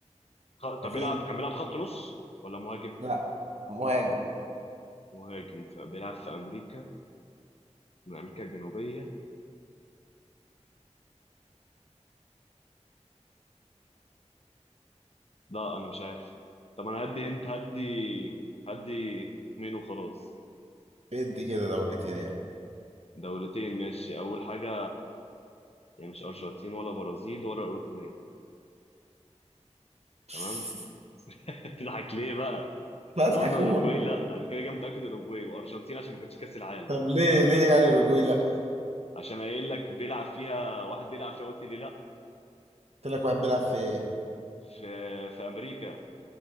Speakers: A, on the left; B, on the right.
A: خ-
B: اكيد
A: طب بيلعب كان بيلعب خط نص ولا مهاجم
B: لا مهاجم
A: مهاجم فبيلعب في امريكا من امريكا الجنوبيه لا انا مش عارف طب انا هدي انت هدي هدي مين وخلاص
B: ادي كده دولتين يعني
A: دولتين ماشي اول حاجه يعني مش ارجنتين ولا برازيل ولا اوروجواي
B: <laughs>
A: تمام <laughs> تضحك ليه بقى
B: بضحك
A: احنا قلنا
B: قول
A: اوروجواي لا انا كده كده متاكد اوروجواي وارجنتين عشان ما كانتش كاس العالم
B: طب ليه ليه يعني رجوي لا
A: عشان قايل لك بيلعب فيها واحد بيلعب فيها قلت لي لا
B: قلت لك واحد بيلعب في
A: في في امريكا